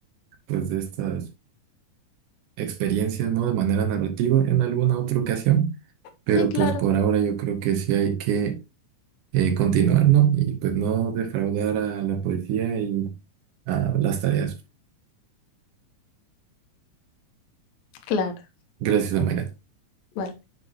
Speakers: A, on the right; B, on the left.
A: pues de estas experiencias, ¿no? De manera narrativa en alguna otra ocasión, pero
B: Sí, claro,
A: pues por ahora yo creo que sí hay que eh, continuar, ¿no? Y pues no defraudar a la poesía y a las tareas.
B: claro.
A: Gracias, Mayra.
B: Vale.